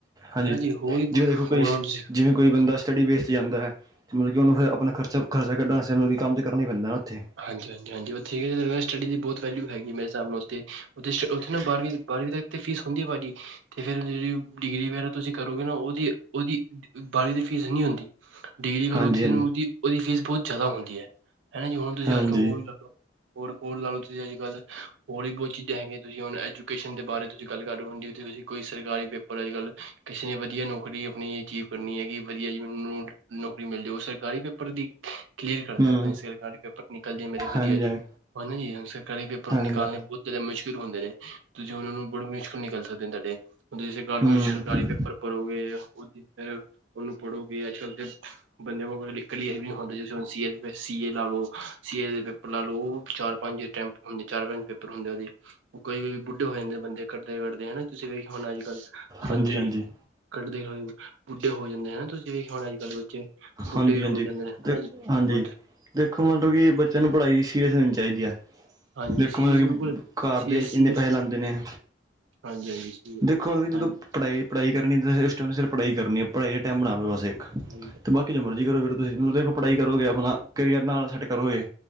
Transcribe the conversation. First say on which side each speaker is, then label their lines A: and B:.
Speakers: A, on the right (about 20°); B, on the right (about 80°).
A: ਹਾਂਜੀ
B: ਹਨਾ ਜੀ ਹੋਰ ਹੀ
A: ਜਿਵੇਂ
B: ਹੋਰ
A: ਦੇਖੋ ਕੋਈ
B: ਹੁਣ ਤੁਸੀਂ
A: ਜਿਵੇਂ ਕੋਈ ਬੰਦਾ ਸਟੱਡੀ ਬੇਸ 'ਚ ਜਾਂਦਾ ਹੈ, ਮਤਲਬ ਕਿ ਉਹਨੂੰ ਫਿਰ ਆਪਣਾ ਖਰਾ ਖਰਚਾ ਕੱਢਣ ਵਾਸਤੇ ਮਤਲਬ ਕੰਮ ਤਾਂ ਕਰ ਹੀ ਪੈਂਦਾ ਨਾ ਉੱਥੇ।
B: ਹਾਂਜੀ ਹਾਂਜੀ ਹਾਂਜੀ ਉਥੇ ਇਹ ਹੈ ਸਟੱਡੀ ਦੀ ਬਹੁਤ ਵੈਲਊ ਹੈਗੀ ਮੇਰੇ ਸਾਬ ਨਾਲ ਉੱਥ ਉਥੇ ਸਟ ਉੱਥੇ ਨਾ ਬਾਰਵੀ ਬਾਰਵੀ ਤੱਕ ਅਤੇ ਫੀਸ ਹੰਦੀ ਆ ਭਾਜੀ ਤੇ ਫਿਰ ਜਿਹੜੀ ਡਿਗਰੀ ਵਗੈਰਾ ਤੁਸੀਂ ਕਰੋਗੇ ਨਾ, ਉਹਦੀ ਉਹਦੀ ਬਾਹੜੀ ਦੀ ਫੀਸ ਨਹੀਂ ਹੁੰਦੀ। ਡਿਗਰੀ ਕਰੋ
A: ਹਾਂਜੀ ਹਾਂਜੀ
B: ਨੂੰ ਉਹਦੀ ਉਹਦੀ ਫੀਸ ਬਹੁਤ ਜ਼ਿਆਦਾ ਹੁੰਦੀ ਹੈ ਹਨਾ ਜੀ, ਹੁਣ ਤੁਸੀਂ
A: ਹਾਂਜੀ
B: ਅੱਜ ਕੱਲ੍ਹ ਹੋਰ ਹੋ ਹੋਰ ਲ ਤੁਸੀਂ ਅੱਜ-ਕੱਲ ਹੋਰ ਵੀ ਬਹੁਤ ਚੀਜ਼ਾਂ ਹੈਗੀਆਂ, ਤੁਸੀਂ ਹੁਣ ਐਜੂਕੇਸ਼ਨ ਦੇ ਬਾਰੇ ਤੁਸੀਂ ਗੱਲ ਕਰੋ ਹੋਣ ਜਥੇ ਤੁਸੀਂ ਕੋਈ ਸਰਕਾਰੀ ਪੇਪਰ ਅੱਜ-ਕੱਲ੍ਹ ਕਿਸੇ ਨੇ ਵਧੀਆ ਨੌਕਰੀ ਆਪਣੀ ਅਚੀਵ ਕਰਨੀ ਹੈਗੀ ਵਧੀਆ ਜੀਨੂੰ ਨੌਕਰੀ ਮਿਲ ਜਾ ਉਹ ਸਰਕਾਰੀ ਪੇਪਰ ਦੀ, ਕਲੀਅਰ ਕਰਦਾ
A: ਹੂੰ
B: ਆਪ ਪੇਪਰ ਨਿਕਲ <inaudible> ਜਾ ਮੇਰੇ ਵਧੀਆ
A: ਹਾਂਜੀ
B: ਜੀ
A: ਹਾਂ
B: ਜੀ। ਘਰੇ ਪੇਪਰ
A: ਹਾਂਜੀ
B: ਨਿਕਾਲਣੇ ਬਹੁਤ ਜ਼ਿਆਦਾ ਮੁਸ਼ਕਿਲ ਹੁੰਦੇ ਨੇ, ਤੁਸੀਂ ਹੁਣ ਉਹਨੂੰ ਬੜ ਮੁਸ਼ਕਿਲ ਨਿਕਲ ਸਕਦੇ ਤੁਹਾਡੇ। ਹੁਣ ਸਰਕਾਰ
A: ਹੂੰ
B: ਸਰਕਾਰੀ ਪੇਪਰ ਭਰੋਗੇ, ਉਹ ਜ ਫੇਰ ਉਹਨੂੰ ਪੜ੍ਹੋਗੇ ਅੱਜ ਕੱਲ੍ਹ ਤੇ ਬੰਦਿਆਂ ਕੋਲਿਕਲੀਏ ਵੀ ਨ ਹੁੰਦੇ ਜਂ ਹੁਣ ਸੀਏ ਸੀ ਏ ਲਾ ਲੋ <inaudible> ਸੀ ਏ ਦੇ ਪੇਪਰ ਲਾ ਲਓ, ਉਹ ਚਾਰ ਪੰਜ ਅਟੈਂਮਟ ਹੁੰਦੇ, ਚਾਰ ਪੰਜ ਪੇਪਰ ਹੁੰਦੇ ਉਹਦੇ। ਉਹ ਕੋਈ ਵੀ ਬੁੱਢੇ ਹੋ ਜਾਂਦੇ ਬੰਦੇ ਕੱਢਦੇ ਕੱਢਦੇ ਹਨਾ, ਤੁਸੀਂ ਵਖੇ ਹੁਣ ਅੱਜ ਕੱਲ? ਬੰਦੇ
A: ਹਾਂਜੀ ਹਾਂਜੀ
B: ਕੱਢਦੇ ਹੋਏ ਬੁੱਢੇ ਹੋ ਜਾਂਦੇ ਹਨਾ, ਤੁਸੀਂ ਵੇਖੇ ਹੋ ਅੱਜ ਕੱਲ੍ਹ? ਬੁੱਢੇ
A: ਹਾਂਜੀ
B: ਵੀ ਹੋ
A: ਹਾਂਜੀ
B: ਜਾਂਦੇ ਨੇ ਹਨਾ
A: ਤੇ
B: ਜੀ,
A: ਹਾਂਜੀ
B: ਉਹ
A: ਦੇਖੋ ਮਤਲਬ ਕਿ ਬੱਚਿਆਂ ਨੂੰ ਪੜ੍ਹਾਈ ਸੀਰੀਅਸ ਲੈਣੀ ਚਾਹੀਦੀ ਐ।
B: ਹਾਂਜੀ
A: ਦੇਖੋ
B: ਸੀਰੀਅਸ
A: ਮਤਲਬ
B: ਬਿਲਕੁਲ
A: ਕਿ ਘਰ
B: ਸੀਰੀਅਸ
A: ਦੇ ਇੰਨੇ
B: ਸੀਰੀਅਸ
A: ਪੈਸੇ ਲਾਦੇ ਨੇ
B: ਹਾਂਜੀ ਹਾਂਜੀ ਸੀ
A: ਦੇਖੋ ਹੁਣ ਵੀ ਜਦੋਂ
B: ਹਾਂਜੀ
A: ਪੜ੍ਹਾਈ ਪੜ੍ਹਾਈ ਕਰਨੀ ਉਸ ਟਾਈਮ ਸਿਰਫ਼ ਪੜ੍ਹਾਈ ਕਰਨੀ। ਪੜ੍ਹਾਈ ਦਾ ਟਾਈਮ ਬਣਾ ਲਓ ਬਸ ਇੱਕ ਅਤੇ
B: ਹਾਂਜੀ।
A: ਬਾਕੀ ਜੋ ਮਰਜ਼ੀ ਕਰੋ ਫਿਰ ਤੁਸੀਂ, ਹੁਣ ਦੇਖੋ ਪੜ੍ਹਾਈ ਕਰੋਗੇ ਆਪਣਾ ਕੈਰੀਅਰ ਨਾਲ ਸੈੱਟ ਕਰੋਗੇ।